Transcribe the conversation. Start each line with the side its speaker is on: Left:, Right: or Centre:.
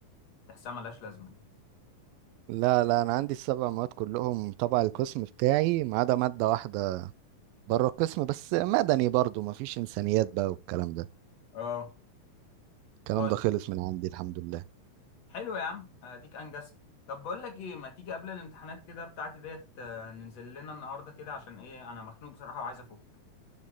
Left: تحسها ملهاش لازمه
Right: لا لا انا عندي السبع مواد كلهم تبع القسم بتاعي ما عدا ماده واحده بره القسم بس مدني برضو ما فيش انسانيات بقى والكلام ده
Left: اه
Right: الكلام
Left: طيب
Right: ده خلص من عندي الحمد لله
Left: حلو يا عم اديك انجزت طب بقول لك ايه ما تيجي قبل الامتحانات كده بتاعتي ديت آه، ننزل لنا النهارده كده عشان ايه انا مخنوق بصراحه وعايز افك